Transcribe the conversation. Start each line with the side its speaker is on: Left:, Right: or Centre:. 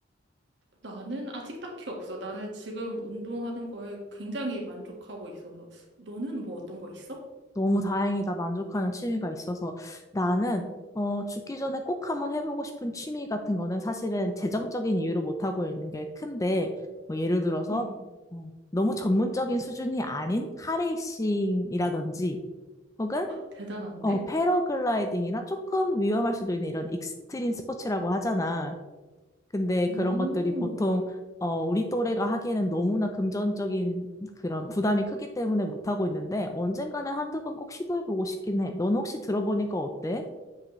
Right: 나는 아직 딱히 없어. 나는 지금 운동하는 거에 굉장히 만족하고 있어서. 너는 뭐 어떤 거 있어?
Left: 너무 다행이다. 만족하는 취미가 있어서 나는 어, 죽기 전에 꼭 한번 해보고 싶은 취미 같은 거는 사실은 재정적인 이유로 못하고 있는 게 큰데 뭐 예를 들어서
Right: 음,
Left: 어, 너무 전문적인 수준이 아닌 카레이싱이라든지 혹은
Right: 대단한데?
Left: 어, 패러글라이딩이나 조금 위험할 수도 있는 이런 익스트림 스포츠라고 하잖아. 근데
Right: 오,
Left: 그런 것들이 보통 어, 우리 또래가 하기에는 너무나 금전적인 그런 부담이 크기 때문에 못하고 있는데 언젠가는 한두 번 꼭 시도해보고 싶긴 해. 넌 혹시 들어보니까 어때?